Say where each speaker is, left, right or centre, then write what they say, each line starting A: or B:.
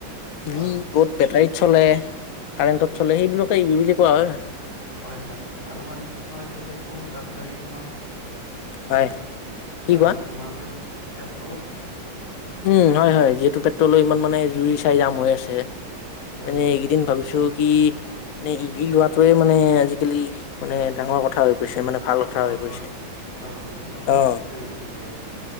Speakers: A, on the left; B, on the left.
A: হয়
B: ই ভ বহত বেটাৰীত চলে কাৰেণ্টত চলে সেইবিলকে ই ভ বুলি কোৱা হয় আৰু
A: হয় হয়, আৰু মানে কি তোমাৰ <unintelligible> দাম বাঢ়ি আছে ন।
B: হয় কি
A: <unintelligible>
B: কোৱা
A: তোমাৰ তাতে <unintelligible>
B: উম, হয় হয়, যিহেতু পেট্ৰলৰ ইমান মানে জুই <unintelligible> যাম হৈ আছে।
A: হয়
B: মানে
A: হয়
B: এইকেইদিন ভাবিছো কি মানে ই ভি লোৱাটোৱে মানে, আজিকালি মানে, ডাঙৰ কথা হৈ পৰিছে মানে ভাল
A: অ',
B: কথা
A: হয়
B: হৈ পৰিছে।
A: হয়। ভাল কথা, চবেই
B: অ',
A: ঈ ভি লৈ আছে এতিয়া